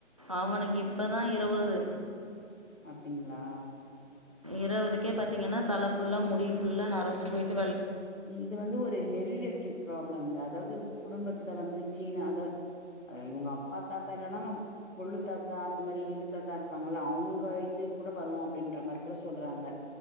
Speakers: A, on the right; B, on the left.
A: அவனுக்கு இப்பதா இருவது
B: அப் ங்களா
A: இரவதுக்கே பாத்தீங்கன்னா தலப் ஃபுல்லா முடி ஃபுல்லா நரச்சு போய்டு
B: இது வந்து ஒரு ஹெரிரெட்ரி ப்ராப்ளம்ங்க அத் தாவ்து குடும்பத்துல வந்து ஜீன அத இவங்க அப்பா தாத்தா இல்லேனாலு கொள்ளு தாத்தா அந்த மாரி எள்ழு தாத்தா இருக்காங்கள அவங்க இது கூட வரு அப்டின்ற மாரி கூட சொல்றாங்க